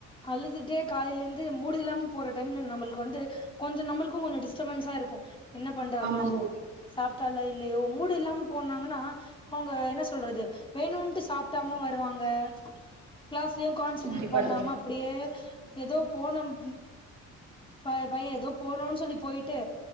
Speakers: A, on the left; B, on the right.
A: அழுதுட்டே காலைல இருந்து மூடு இல்லாம போற டைம்ல நம்முளுக்கு வந்து கொஞ்சோ நம்மளுக்கு கொஞ்சோ டிஸ்டர்பன்ஸா இருக்கோ என்ன பண்றாளோ
B: ஆமா தோழி
A: சாப்ட்டாலோ இல்லயோ மூடு இல்லாம போனாங்கன்னா அவுங்க என்ன சொல்றது வேணுன்ட்டு சாப்ட்டாம வருவாங்க க கிளாஸ்லயு கான்சன்ட்ரேட்
B: கண்டிப்பா
A: பண்ணாம
B: தோழி.
A: அப்டியே எதோ போனம் ப பைய எதோ போணோன்னு சொல்லி போய்ட்டு